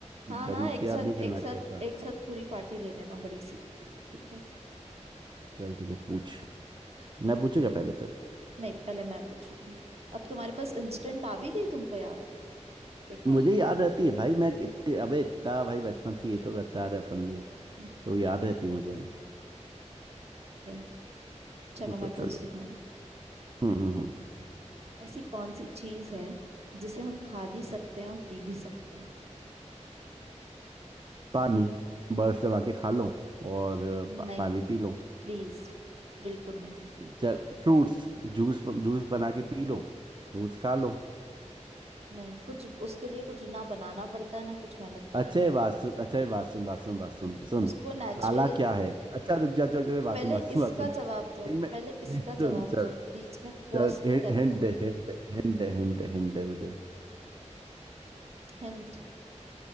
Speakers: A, on the right (about 40°); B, on the right (about 55°).
A: गरीब
B: हाँ हाँ एक
A: के साथ
B: साथ
A: नहीं खेलना
B: एक साथ
A: चाहिए ऐसा
B: एक साथ पूरी पार्टी ले लेना बड़ी सी ठीक है
A: चल ठीक है पूछ मैं पूछूंगा पहले फिर
B: नहीं पहले मैं पूछूंगी अब तुम्हारे पास इंस्टेंट आ भी गई तुमको याद देखा
A: मुझे याद रहती है भाई मैं इतने अबे इतना भाई बचपन से ये तो करता आ रहे अपन लोग
B: ठीक
A: तो याद रहती है मुझे
B: है चलो
A: पूछो
B: मैं पूछती
A: चलो
B: हूँ मैं
A: हम्म हम्म हम्म
B: ऐसी कौन सी चीज है जिसे हम खा भी सकते हैं और पी भी सकते हैं
A: पानी बर्फ जमा के खा लो और पा,
B: नहीं
A: पानी पी लो
B: प्लीज बिल्कुल नहीं
A: चल फ्रूट्स जूस जूस बना के पी लो फ्रूट्स खा लो
B: नहीं कुछ उसके लिए कुछ ना बनाना पड़ता है ना कुछ मेहनत करनी
A: अच्छा ये
B: पड़ती
A: बात
B: है
A: सुन अच्छा ये बात सुन बात सुन बात सुन
B: हम्म,
A: सुन
B: उसको नेचुरल
A: काला क्या है अच्छा रुक जा चौक जा बात
B: पहले
A: सुन बात सुन
B: इसका
A: बात सुन
B: जवाब दो
A: नहीं मैं
B: पहले इसका
A: नहीं सुन
B: जवाब
A: चल
B: दो बीच में क्रॉस
A: चल
B: नहीं
A: hint
B: करते
A: hint hint hint hint hint मुझे
B: हिंट